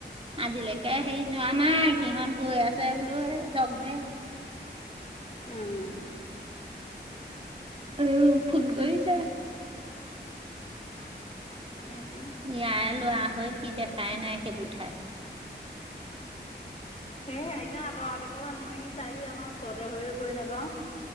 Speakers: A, on the right (about 30°); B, on the left (about 35°).
A: আজিলৈকে হেৰি যোৱা নাই সিহঁত গৈ আছে বোলো এ যক দে
B: উম
A: উম ফোন কৰিছে
B: থেংক ইউ
A: ইয়াই লৰা হৈ সি দেখাই নাই সেইবোৰ ঠাই
B: এ ইমান আঁতৰ আঁতৰ পৰা মানুহ আহিছে চাইহি আমাৰ ওচৰতে হৈয়ো গৈ নেপাও